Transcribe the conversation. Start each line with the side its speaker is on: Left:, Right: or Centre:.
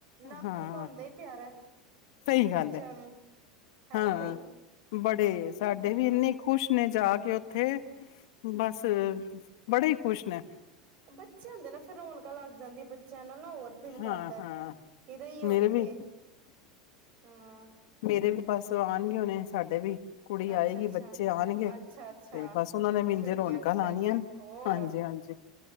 Right: ਨਾਨਕਾ
Left: ਹਾਂ
Right: ਹੁੰਦਾ ਹੀ ਪਿਆਰਾ
Left: ਸਹੀ ਗੱਲ
Right: ਬੱਚਿਆਂ
Left: ਹੈ
Right: ਨੂੰ ਹੈਨਾ
Left: ਹਾਂ
Right: ਬਈ ਹੂ
Left: ਬੜੇ ਸਾਡੇ ਵੀ ਇੰਨੇ ਖੁਸ਼ ਨੇ ਜਾ ਕੇ ਉੱਥੇ ਉੱਥੇ ਬਸ ਬੜੇ ਹੀ ਖ਼ੁਸ਼ ਨੇ
Right: ਬੱਚੇ ਹੁੰਦੇ ਨਾ ਫਿਰ ਰੁਣਕਾ ਲੱਗ ਜਾਂਦੀ ਬੱਚਿਆਂ ਨਾਲ ਨਾ ਹੋਰ ਦਿਲ
Left: ਹਾਂ
Right: ਕਰਦਾ
Left: ਹਾਂ
Right: ਕਿ ਰਹੀਏ ਉੱਥੇ
Left: ਮੇਰੇ ਵੀ
Right: ਹਾਂ
Left: ਤੇਰੇ ਵੀ ਬਸ ਆਉਣਗੇ ਹੁਣੇ, ਸਾਡੇ ਵੀ ਕੁੜੀ
Right: ਅੱਛਾ-ਅੱਛਾ
Left: ਆਏਗੀ, ਬੱਚੇ ਆਉਣਗੇ,
Right: ਅੱਛਾ-ਅੱਛਾ
Left: ਤੇ ਬਸ ਉਹਨਾਂ ਨੇ ਇੰਝੇ
Right: ਛੁੱਟੀਆਂ
Left: ਰੌਣਕਾਂ
Right: ਪੈ
Left: ਲਉਣੀਆਂ
Right: ਗਈਆਂ ਹੋਰ
Left: ਹਾਂਜੀ ਹਾਂਜੀ